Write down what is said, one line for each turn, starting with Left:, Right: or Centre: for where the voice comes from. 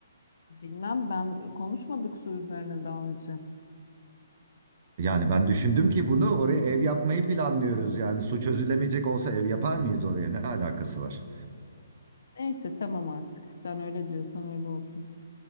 Left: Bilmem ben konuşmadık su üzerine daha önce.
Right: Yani ben düşündüm ki bunu oraya ev yapmayı planlıyoruz. Yani su çözülemeyecek olsa ev yapar mıyız oraya? Ne alakası var?
Left: Neyse tamam artık. Sen öyle diyorsan öyle olsun.